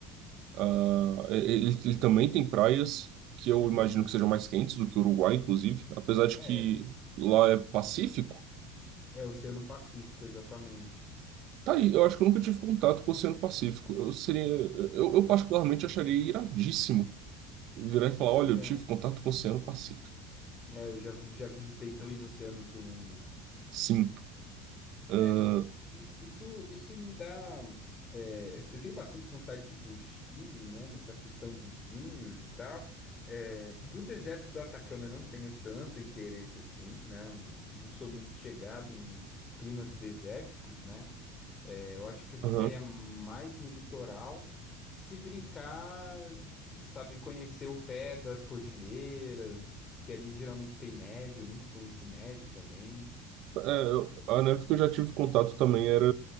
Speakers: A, on the right; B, on the left.
A: Ah, ele, ele também tem praias que eu
B: Uhum.
A: imagino que sejam mais quentes do que o Uruguai, inclusive, apesar de
B: É,
A: que lá é Pacífico.
B: é Oceano Pacífico, exatamente.
A: Tá aí, eu acho que eu nunca tive contato com o Oceano Pacífico. Eu seria, eu, eu particularmente acharia iradíssimo virar e falar,
B: Pois
A: olha, eu
B: é.
A: tive contato com o Oceano Pacífico.
B: É, eu já, fu- já visitei dois oceanos do mundo.
A: Sim. Ah,
B: É, e- e- isso, isso isso me dá. é, eu eu tenho bastante vontade de ir pro Chile, né? Nessa questão dos vinhos e tal. É, do deserto do Atacama eu não tenho tanto interesse assim, né? Eu não sou muito chegado em climas desérticos, né? É, eu acho que eu ficaria
A: aham.
B: mais no litoral. Se brincar, sabe, conhecer o pé das cordilheiras, que ali geralmente tem neve, eu nunca conheci neve também,
A: É,
B: né?
A: eu-
B: Então.
A: a neve que eu já tive contato também era